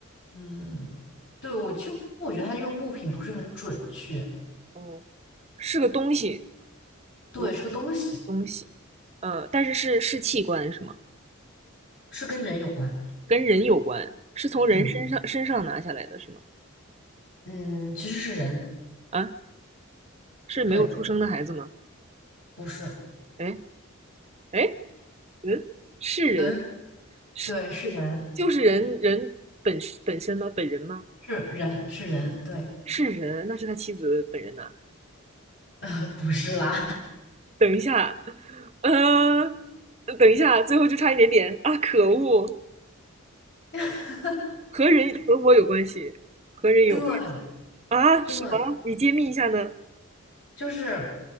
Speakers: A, on the left; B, on the right.
A: 嗯，对，我其实我觉得他用物品不是很准确。
B: 嗯，是个东西。
A: 对，
B: 如
A: 是个东西。
B: 东西，呃，但是是是器官是吗？
A: 是跟人有关。
B: 跟人有关，是从人身上身上拿下来的是吗？
A: 嗯嗯，其实是人，
B: 啊，是没有出生的孩子吗？
A: 对，不是，
B: 哎哎，嗯，是人
A: 嗯，
B: 是
A: 对，是人，
B: 就是人人本本身吗？本人吗？
A: 是人，是人，对，
B: 是人，那是他妻子本人呐。
A: <laughs> 呃，不是啦，
B: 等一下，呃，等一下，最后就差一点点啊！可恶，
A: <laughs>
B: 和人和我有关系，和人有关系
A: 对
B: 啊？
A: 对，
B: 什么？你揭秘一下呢？
A: 就是